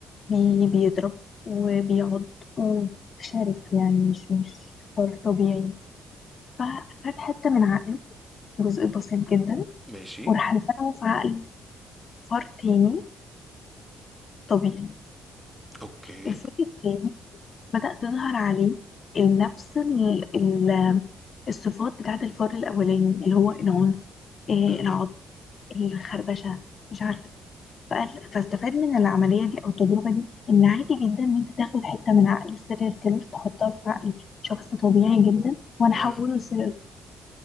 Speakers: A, on the left (about 45°); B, in the centre.
A: بي بيضرب وبيعض وشرس يعني مش مش فار طبيعي فخد حتة من عقله جزء بسيط جدا
B: ماشي
A: وراح نزرعه في عقل فار تاني طبيعي
B: اوكي
A: الفار التاني بدأ تظهر عليه نفس ال- ال- الصفات بتاعة الفار الأولاني اللي هو العنف آه،
B: مهم.
A: العض الخربشة مش عارفة ايه فقال- فاستفاد من العملية دي أو التجربة دي إن عادي جدا إن أنت تاخد حتة من عقل السيريال كيلر تحطها في عقل شخص طبيعي جدا وأنا
B: مهم.
A: أحوله لسيريال